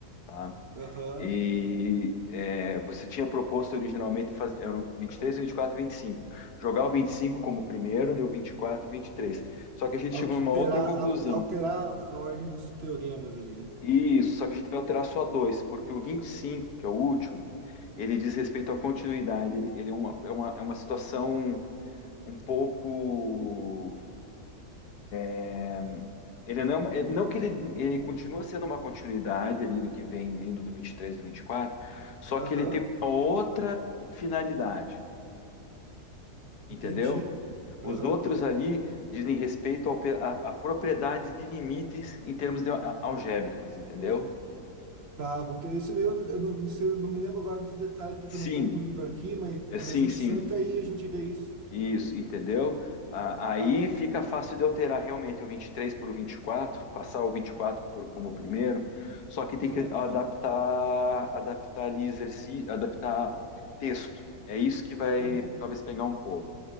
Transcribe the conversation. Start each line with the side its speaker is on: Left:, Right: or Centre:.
Left: tá?
Right: Aham.
Left: E é, você tinha proposto originalmente fazer, eram 23, 24 e 25. Jogar o 25 como primeiro, deu 24 e 23. Só que a gente
Right: Alterar,
Left: chegou numa outra conclusão.
Right: al- alterar a ordem dos teoremas ali, né?
Left: Isso, só que a gente vai alterar só dois, porque o 25, que é o último, ele diz respeito à continuidade. Ele, ele é uma, é uma, é uma situação um pouco. é, Ele não, é- não que ele, ele continua sendo uma continuidade ali do que vem vindo do 23 do 24, só
Right: Aham.
Left: que ele tem uma outra finalidade, entendeu?
Right: Entendi. Aham.
Left: Os outros ali dizem respeito ao pe- a, a propriedades de limites em termos de al- algébricos, entendeu?
Right: Tá, vou ter isso daí. Eu, eu não, não sei, eu não me lembro agora dos detalhes, porque
Left: Sim,
Right: eu não tô com o livro aqui, mas
Left: é, sim,
Right: a gente
Left: sim.
Right: senta aí e a gente vê isso.
Left: Isso, entendeu? A- Aí
Right: Tá,
Left: fica fácil de alterar realmente o 23 para o 24 passar o 24 por como primeiro, só que tem
Right: certo.
Left: que adaptar, adaptar ali exercício, adaptar texto. É isso que vai
Right: Tá bom.
Left: talvez pegar um pouco.